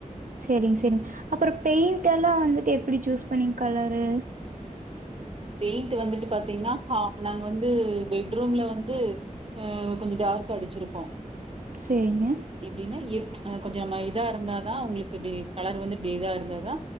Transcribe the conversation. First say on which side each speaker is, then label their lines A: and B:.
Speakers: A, on the right; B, on the right.
A: செரிங் செரிங் அப்புற பெயிண்ட் எல்லா வந்துட்டு எப்புடி சூஸ் பண்ணீங்க கலரு
B: பெயிண்ட் வந்துட்டு பாத்தீங்னா ஹ நாங்க வந்து பெட்ரூம்ல வந்து அ கொஞ்சோ டார்கா அடிச்சிருப்போ
A: சரிங்க.
B: எப்டின்னா ப்ச் அ கொஞ்ச ம இதா இருந்தா தா உங்களுக்கு டே கலர் வந்து இதா இருந்தாதா